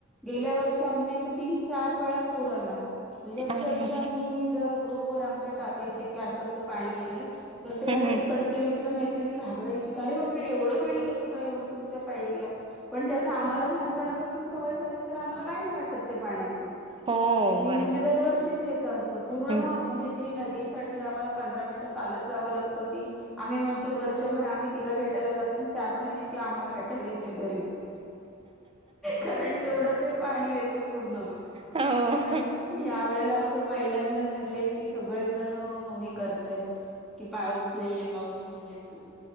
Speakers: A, in the centre; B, on the right (about 25°).
A: गेल्या वर्षी आमची इथ ती- चार वेळा पूर आला. म्हणजे अक्षरशः
B: अरे बाप
A: मी जर ग्रूप - वर आमच्या टाकायचे. की असं असं पाणी आलंय, तर ते माझे
B: हम् हम्
A: तिकडचे मित्र मैत्री- त्रिणी घबरायचे का अे बापरे एवढं पाणी कसं काय एवढं- तुमच्या पायरीला पण, त्या- त आम्हाला लहानपणापासून सवय झाली तर आम्हाला काय नाही वाटत त्या पाण्याचं -
B: हो
A: कि
B: बरोबर
A: म्हणजे दरवर्षीच येत सत पूर्ण
B: हम्म
A: म्हणजे जीन ठी आमला पंधरा मिनट चालत- जाव लागत ती आम्ही म्हणतो वर्षभर आम्ही तिला भेटायला जातो चार महिने- ती आम्हाला भेटाल येते घरी कारण तेवढं ते पाणी येत पूर्ण
B: हो
A: आणि ह्या वेळेला अस- पहिल्यांदा झालंय की सगळेजण हे करतायत - कि पाऊस नाहीये पाऊस नाहीये म्हणून.